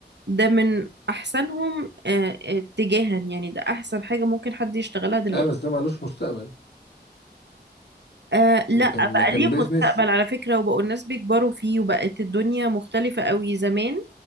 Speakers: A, on the right; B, on the left.
A: ده من احسنهم آه، آه، اتجاها يعني ده احسن حاجة ممكن حد يشتغلها دلوقتي
B: اه بس ده ملوش مستقبل
A: آه لا
B: لكن
A: بقى
B: لكن
A: ليه
B: بيزنس
A: مستقبل على فكرة وبقوا الناس بيكبروا فيه وبقت الدنيا مختلفة قوي زمان